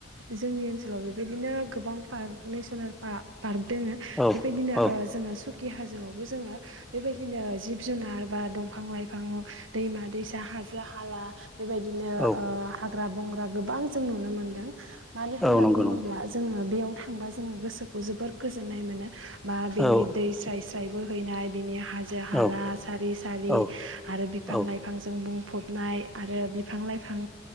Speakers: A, on the right (about 65°); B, in the centre.
A: जोंनि ओनसोलाव बेबायदिनो गोबां पार्क नेसनेल पा-पार्क दोङो
B: औ
A: बेबायदिनो
B: औ
A: ओ जोङो सुकि हाजोआवबो जोङो बेबायदिनो जिब जुनार बा दंफां लाइफां दैमा दैसा हाजो हाला बेबायदिनो
B: औ
A: ओ हाग्रा बंग्रा गोबां जों नुनो मोनदों। मानो होनना
B: औ नंगौ
A: बुङोब्ला
B: नंगौ
A: जोङो बेयाव थांबा जोङो गोसोखौ जोबोर गोजोननाय मोनो बा बिनि
B: औ
A: दै स्राय स्रायबो हैनाय बिनि हाजो हाला
B: औ
A: सारि सारि
B: औ
A: आरो बिफां
B: औ ओ
A: लाइफांजों बुं फ'बनाय आरो बिफां लाइफां